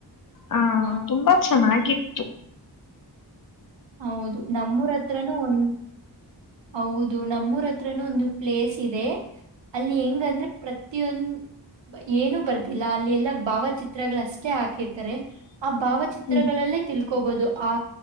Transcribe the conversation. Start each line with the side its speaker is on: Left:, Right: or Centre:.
Left: ಹ
Right: ಹಾ
Left: ತುಂಬಾ ಚಂದ ಹಗಾಗಿತ್ತು
Right: ಹೌದು ನಮ್ಮೂರ ಹತ್ರನುೂ ಒಂದು ಹೌದು ನಮ್ಮೂರ ಹತ್ರನುೂ ಒಂದು ಪ್ಲೇಸ್ ಇದೆ ಅಲ್ಲಿ ಹೆಂಗಂದ್ರೆ ಪ್ರತಿಯೊಂದು ಏನು ಬರ್ದಿಲ್ಲ ಅಲ್ಲಿ ಎಲ್ಲಾ ಭಾವಚಿತ್ರಗಳ ಅಷ್ಟೇ ಹಾಕಿರ್ತಿ <unintelligible> ಆ ಭಾವಚಿತ್ರಗಳಲ್ಲೇ
Left: ಹ್ಮ್
Right: ತಿಳ್ಕೋಬಹುದು ಆ